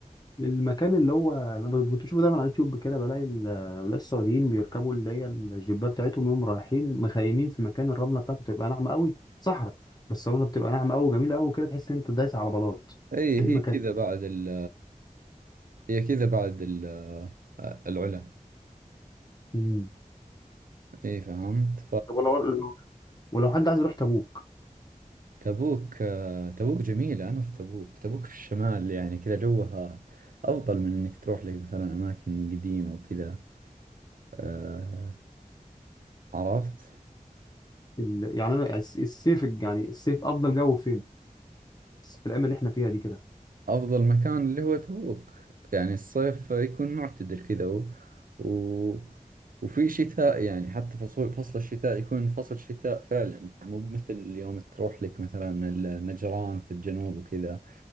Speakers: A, on the left (about 30°); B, on the right (about 80°).
A: المكان اللي هو انا ب- كنت بشوفه دايما على اليوتيوب كده بلاقي ال- بلاقي السعوديين بيركبوا اللي هي الجيبات بتاعتهم يوم رايحين مخيمين في مكان الرمله بتاعته بتبقى ناعمه قوي صحراء بس الرمله بتبقى ناعمه قوي وجميله قوي كده تحس ان انت دايس على بلاط
B: اي
A: ده ايه
B: هي
A: المكان
B: كذا
A: ده؟
B: بعد ال هي كذا بعد ال العلا
A: مم.
B: اي فهمت
A: طب ولو ولو حد عايز يروح تبوك
B: فتبوك آه، تبوك جميلة انا في تبوك تبوك في الشمال يعني كذا جوها افضل من انك تروح لك مثلا اماكن قديمة وكذا آه، عرفت
A: ال... يعني انا الس- الصيف يعني الصيف افضل جو فين في الايام اللي احنا فيها دي كده
B: أفضل مكان اللي هو تبوك يعني الصيف يكون معتدل كذا و... و... وفي شتاء يعني حتى فصل فصل الشتاء يكون فصل شتاء فعلا مو مثل اليوم تروح لك مثلا النجران في الجنوب وكذا